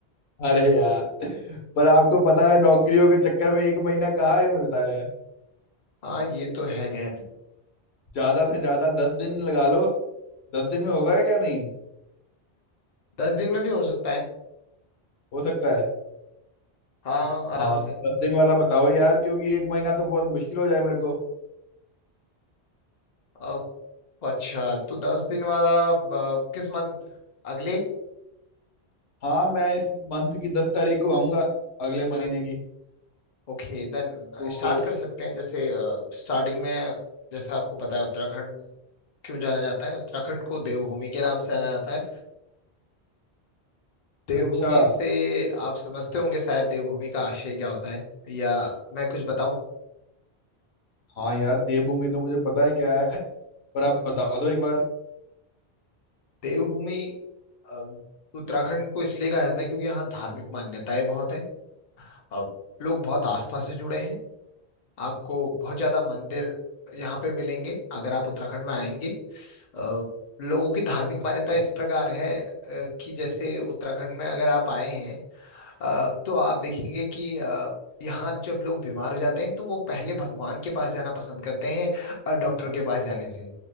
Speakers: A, on the left; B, on the left.
A: अरे यार पर आपको पता है नौकरियों के चक्कर में एक महीना कहाँ ही मिलता है
B: हाँ ये तो है खैर
A: ज्यादा से ज्यादा दस दिन लगा लो दस दिन में होगा क्या नहीं
B: दस दिन में भी हो सकता है
A: हो सकता है
B: हाँ आराम
A: हाँ
B: से
A: दस दिन वाला बताओ यार क्योंकि एक महीना तो बहुत मुश्किल हो जाए मेरे को
B: अब अच्छा तो दस दिन वाला अ, किस मंथ अगले
A: हाँ मैं इस मंथ की दस तारीख को आऊंगा अगले महीने की
B: ओके देन
A: तो
B: स्टार्ट कर सकते हैं जैसे स्टार्टिंग में जैसा आपको पता है उत्तराखंड क्यों जाना जाता है उत्तराखंड को देवभूमि के नाम से जाना जाता है देवभूमि
A: अच्छा
B: से आप समझते होंगे शायद देवभूमि का आशय क्या होता है या मैं कुछ बताऊं
A: हाँ यार देवभूमि तो मुझे पता है क्या है पर आप बता दो एक बार
B: देवभूमि अ, उत्तराखंड को इसलिए कहा जाता है क्योंकि यहाँ धार्मिक मान्यताएं बहुत हैं अब लोग बहुत आस्था से जुड़े हैं आपको बहुत ज्यादा मंदिर यहाँ पे मिलेंगे अगर आप उत्तराखंड में आएंगे अ, लोगों की धार्मिक
A: अच्छा
B: मान्यता इस प्रकार है अ, कि जैसे उत्तराखंड में अगर आप आए हैं अ, तो आप देखेंगे कि अ, यहाँ जब लोग बीमार हो जाते हैं तो वो पहले भगवान के पास जाना पसंद करते हैं अ, डॉक्टर के पास जाने से